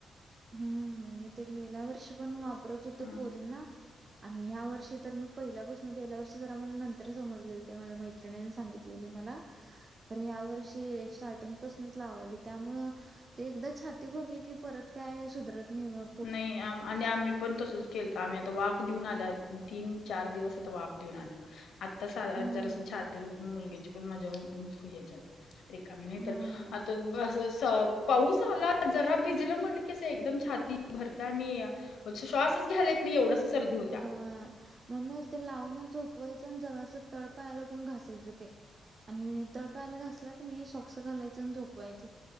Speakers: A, on the right; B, on the left.
A: हम्म, मी ते गेल्या वर्ष पण वापरत होत
B: हां.
A: पोरी ना. आणि ह्या वर्षी तर मी पहिल्यापासून गेल्या वर्षी जर आम्हाला नंतर समजलेल ते मला मैत्रिणीं सांगितलं. मला खर या वर्षी स्टार्टिंग पासूनच लावले त्यामुळं. ते एकदा छाती भरली की परत काय सुधरत नाही बा.
B: नाही आम. आणि आम्ही पण तसचं केलत आम्ही आता वाफ देऊन आल्यात तीन चार दिवस आता वाफ देऊन आल्यात. आत्ता
A: हम्म.
B: जरासं छाती मुलग्याची, पण माझ्या हेच आहे, रिकामीे नाही
A: हां.
B: तर आता असं, पाऊस आला, जरा भिजलं म्हटलं की असं एकदम छाती भरतीया आणि श्वासच घ्याला येत ना मी एवढासा सर्दी होत्या
A: होय, म्हणूनच ते लावूनच झोपवायचं जरा असं तळपायाला पण घासायचं ते. आणि तळपायाला घासला की नाही, सॉक्स घालायचं आणि झोपवायचं.